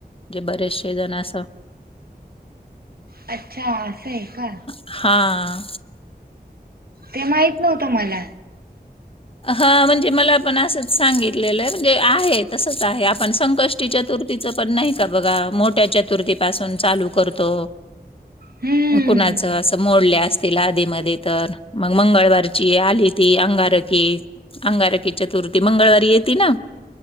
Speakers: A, on the left; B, on the right.
A: जे बरेचसे जण आस
B: अच्छा, आसं हाय का?
A: हाआ.
B: ते माहीत नव्हतं मला.
A: हा म्हणजे मला आपण असंच सांगितलेलं आहे म्हणजे आहे तसंच आहे आपण संक कष्टी चतुर्तीचं पण नाही का बघा? मोठ्या चतुर्तीपासून चालू करतो.
B: हम्म
A: कुणा अस मोडल्या असतील आधी मधे तर, मग मंगळवारची आली ती अंगार कि, अंगारकी चतुर्थी मंगळवारी येती ना?